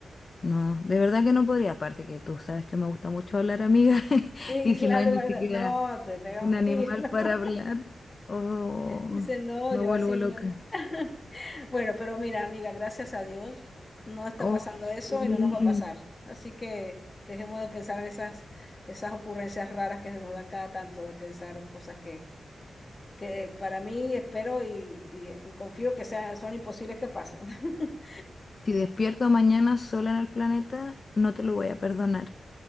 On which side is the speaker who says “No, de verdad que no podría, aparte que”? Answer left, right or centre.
Left